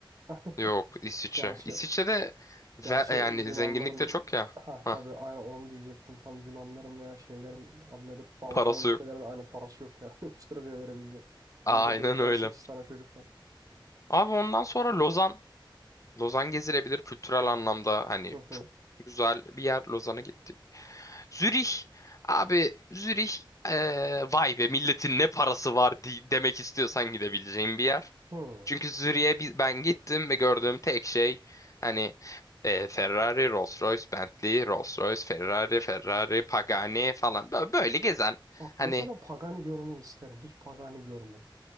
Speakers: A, on the right; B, on the left.
A: <laughs>
B: Yok İsviçre.
A: gerçi
B: İsviçre'de
A: gerçi
B: ve- e, yani
A: Yunanların
B: zenginlik de çok ya.
A: ha
B: Hah,
A: tabii aynı onu diyecektim tam Yunanların veya şeylerin adı nedir Balkan
B: parası
A: ülkelerinde
B: yok.
A: aynı parası yok ya <laughs> 3 liraya verebilecek.
B: Aynen
A: Evde bekleyen
B: öyle.
A: 8 tane çocuk var.
B: Abi ondan sonra Lozan. Lozan gezilebilir kültürel anlamda. Hani
A: Hı hı.
B: çok güzel bir yer. Lozan'a gittik. Zürih abi Zürih eee, vay be milletin ne parası var di- demek istiyorsan gidebileceğin bir yer.
A: Hı.
B: Çünkü Zürih'e bi- ben gittim ve gördüğüm tek şey hani eee, Ferrari, Rolls-Royce, Bentley, Rolls-Royce, Ferrari, Ferrari, Pagani falan Bö- böyle gezen
A: Bak
B: hani
A: mesela Pagani görmeyi isterim. Hiç Pagani görmedim.